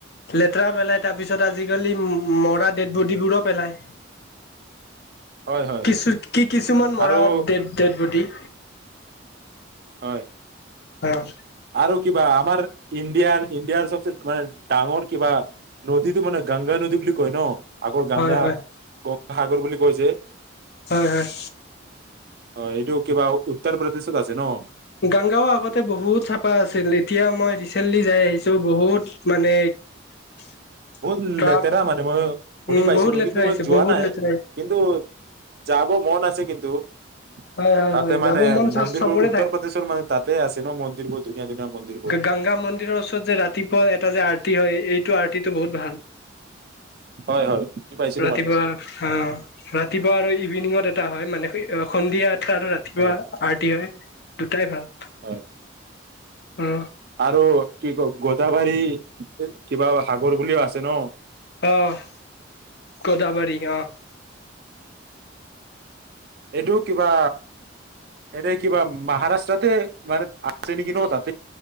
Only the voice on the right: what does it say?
হয় হয়
আৰু
হয়
আৰু কিবা আমাৰ ইণ্ডিয়াৰ ইণ্ডিয়াৰ চবচে মানে ডাঙৰ কিবা নদীতটো মানে গংগা নদী বুলি কয় ন <unintelligible> আগৌ গংগা
ক সাগৰ বুলি কৈছে
অ এইটো কিবা উত্তৰ প্ৰদেশত আছে ন
বহুত
লেতেৰা মানে মই শুনি
পাইছিলো
কিন্তু
মই যোৱা
নাই
কিন্তু যাব মন আছে কিন্তু দু
তাতে
মানে
মন্দিৰবোৰ
উত্তৰ প্ৰদেশৰ মানে তাতে আছে ন মন্দিৰবোৰ ধুনীয়া ধুনীয়া মন্দিৰবোৰ
হয় হয় শুনি পাইছিলো
মানে
হয়
হয়
আৰু কি ক গোদাবাৰী কিবা সাগৰ বুলিও আছে ন।
এইটো কিবা এনে কিবা মহাৰাষ্ট্ৰতে মানে আছে নেকি ন তাত।